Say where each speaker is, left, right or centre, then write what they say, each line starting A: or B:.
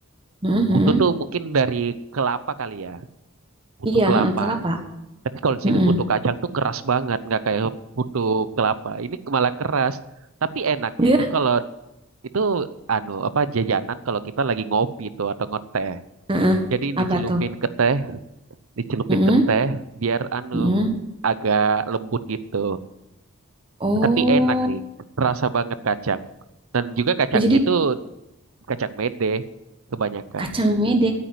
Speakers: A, on the right; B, on the right.
A: Mhm.
B: putu tuh mungkin dari kelapa kali ya, putu
A: Iya,
B: kelapa.
A: heeh, kelapa.
B: Tapi kalau di
A: Mm-mm.
B: sini putu kacang tuh keras banget, nggak kayak putu kelapa. Ini malah keras. Tapi enaknya
A: Ya,
B: itu kalau itu anu apa jajanan kalau kita lagi ngopi tuh atau ngeteh.
A: heeh.
B: Jadi dicelupin
A: Apa tuh?
B: ke teh, dicelupin
A: Heeh,
B: ke teh biar anu
A: heeh.
B: agak lembut gitu.
A: Oh,
B: Tapi enak sih, terasa banget kacang. Dan juga kacangnya
A: oh jadi
B: itu kacang mede kebanyakan.
A: kacang mede.